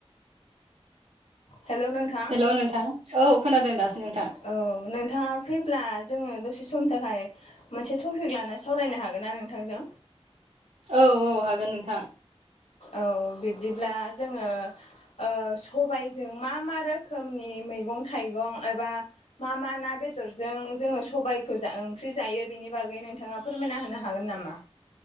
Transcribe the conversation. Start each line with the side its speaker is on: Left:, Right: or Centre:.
Left: हेलौ नोंथां
Right: हेल' नोंथां औ खोनादों दासो नोंथां
Left: औ नोंथाङा फ्रिब्ला जोङो दसे समनि थाखाय मोनसे टपिक लाना सावरायनो हागोन ना नोंथांजों?
Right: औ औ हागोन नोंथां।
Left: औ बिब्दिब्ला जोङो ओ सबायजों मा मा रोखोमनि मैगं थाइगं एबा मा मा ना बेदरजों जोङो सबायखौ ओंख्रि जायो बेनि बागै नोंथाङा फोरमायना होनो हागोन नामा?